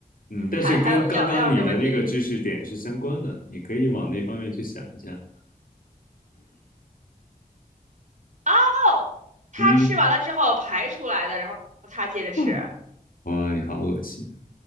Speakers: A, on the left; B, on the right.
A: 嗯，但是跟刚刚你的那个知识点是相关的，
B: 还还有药药这问题
A: 你可以往那方面去想一下。
B: 哦，他吃完了之后排出来的，
A: 嗯，
B: 然后他接着吃。
A: 嗯哇，你好恶心，